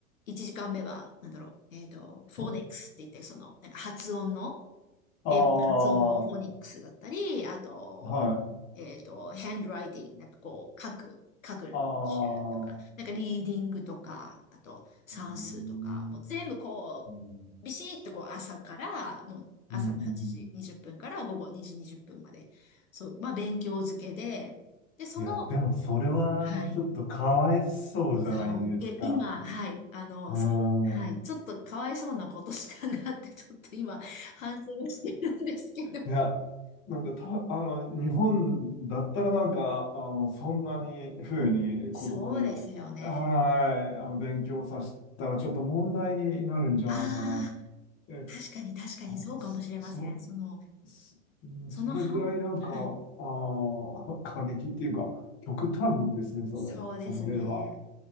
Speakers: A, on the left (about 70°); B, on the left (about 30°).
A: 1時間目は、なんだろう、えっと、フォーネックスって言って、
B: い。
A: その、なんか発音の、
B: ああ、
A: 英語の発音のフォニックスだったり、
B: は
A: あと、
B: い。
A: えっと、ハンドライティング、なんかこう、書く、書く練習とか、
B: ああ、う
A: なんかリーディングとか、あと算数とか、
B: ーん、
A: もう全部こう、
B: うん、
A: ビシッとこう朝から、もう朝の8時20分から午後2時20分まで、
B: うん、うん。
A: そう、まあ勉強漬けで、で、その、
B: いや、でもそれはちょっとかわいそうじゃないですか。
A: はい、そう、え、今、はい、あの、
B: うん。
A: そう、はい、
B: <laughs>
A: ちょっとかわいそうなことしたなって、<laughs> ちょっと今、反省をしてるんですけど。
B: いや、なんかた、あの、日本だったらなんか、あの、そんなに風に子供に、
A: そうですよね。
B: はい、あの、勉強させたらちょっと問題になるんじゃないかなっ
A: ああ
B: て。
A: ー、確かに確かにそうかもしれません。
B: そ、そ、
A: その、
B: す
A: その半、
B: それぐらいなんか、
A: はい、
B: あー、<laughs> 過激っていうか、極端ですね、それ、
A: そうですね。
B: その例は。